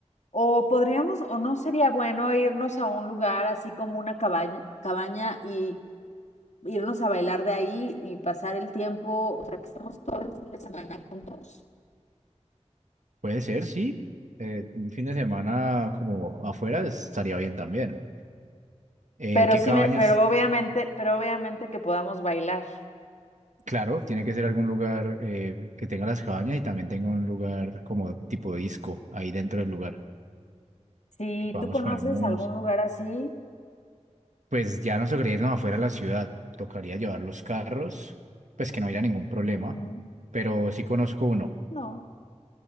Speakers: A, on the left (about 70°); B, on the right (about 80°).
A: O podríamos, o no sería bueno irnos a un lugar así como una cabaña, cabaña y irnos a bailar de ahí y pasar el tiempo, o sea, que estemos todo el fin de semana juntos.
B: Puede ser, sí. Eh, un fin de semana como afuera estaría bien también. Eh,
A: Pero
B: ¿qué
A: sí
B: cabañas?
A: me, pero obviamente, pero obviamente que podamos bailar.
B: Claro, tiene que ser algún lugar eh, que tenga las cabañas y también tenga un lugar como tipo disco ahí dentro del lugar,
A: Si
B: que podamos
A: tú conoces
B: poner música.
A: algún lugar así,
B: Pues ya no tocaría irnos afuera de la ciudad, tocaría llevar los carros, pues que no haya ningún problema,
A: Ujú,
B: pero sí conozco uno
A: no.